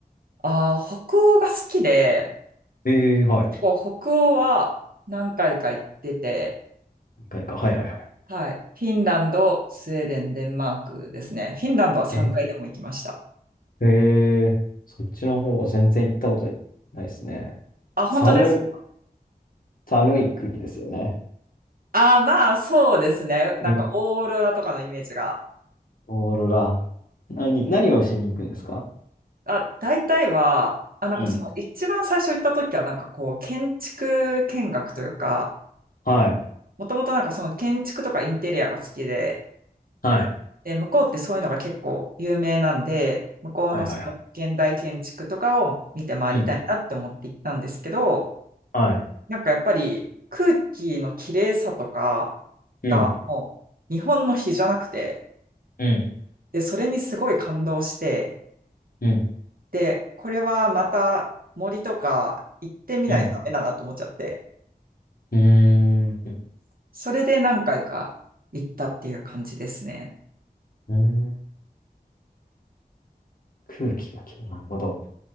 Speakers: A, on the right (about 65°); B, on the left (about 60°).
A: ああ、北欧が好きで、
B: えー、はい。
A: 結構北欧は何回か行ってて、
B: 何回か。はいはいはい。
A: はい。フィンランド、スウェーデン、デンマークですね。フィンランドは3回でも行きました。
B: えー、えーそっちの方は全然行ったことないですね。
A: あ、本当です
B: 寒、寒い国ですよね。
A: ああー、まあ、そうですね。
B: うん。
A: なんか、オーロラとかのイメージが。
B: オーロラ。何、何をしに行くんですか
A: あ、大体は、あ、なんかその一番最初行った時は、
B: うん。
A: なんかこう、建築見学というか、
B: はい。
A: もともとなんかその建築とかインテリアが好きで、
B: はい。
A: で、向こうってそういうのが結構有名なんで、向こうのその現代建築とかを見て回りたいなって思って行ったんですけど、
B: はいはいはい。うん。はい。
A: なんかやっぱり空気の綺麗さとか
B: うん。
A: がもう日本の比じゃなくて、
B: うん。
A: で、それにすごい感動して、
B: うん。
A: で、これはまた森とか行ってみないとダメだなと思っちゃって、
B: うん。うーん。
A: それで何回か行ったっていう感じですね。
B: うーん、空気がきれい。なるほど。